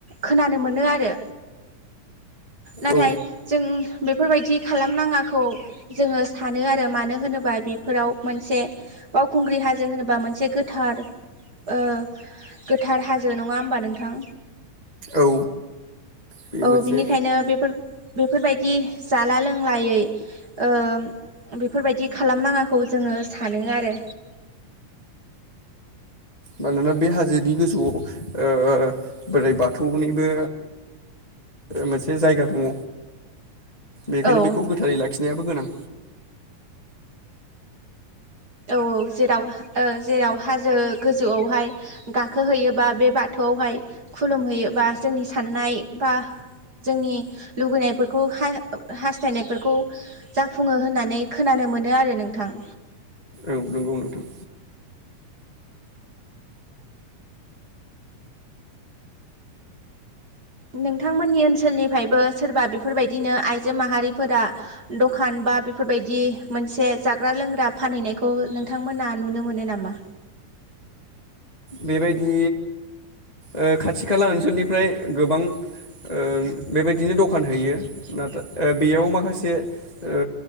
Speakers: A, on the right (about 30°); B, on the left (about 15°).
A: खोनानो मोनो आरो। नाथाय
B: औ
A: जों बेफोरबायदि खालामनाङाखौ जोङो सानो आरो मानो होनोबा बेफोराव मोनसे बावखुंग्रि हाजो होनोबा मोनसे गोथार ओ गोथार हाजो नङा होमबा नोंथां
B: औ बे
A: औ
B: मोनसे
A: बिनिखायनो बेफोर बेफोरबायदि जाला लोंलायै ओ बेफोरबायदि खालामनाङाखौ जोंङो सानो आरो
B: मानोना बे हाजोनि गोजौआव ओ बोराइ बाथौनिबो मोनसे जायगा दङ बेखायनो
A: औ
B: बेखौ गोथारै लाखिनायाबो गोनां
A: औ औ जेराव ओ जेराव हाजो गोजौआवहाय गाखोहैयोबा बे बाथौआवहाय खुलुमहैयोबा जोंनि साननाय बा जोंनि लुगैनायफोरखौ हाय हास्थायनायफोरखौ जाफुङो होननानै खोनानो मोनो आरो नोंथां
B: औ नोंगौ नोंथां।
A: नोंथांमोननि ओनसोलनिफायबो सोरबा बेफोरबायदिनो आइजो माहारिफोरा दखान बा बिफोरबायदि मोनसे जाग्रा लोंग्रा फानहैनायखौ नोंथांमोना नुनो मोनो नामा?
B: बेबायदि ओ खाथि खाला ओनसोलनिफ्राय गोबां ओ बेबायदिनो दखान हैयो नाथाय ओ बेयाव माखासे ओ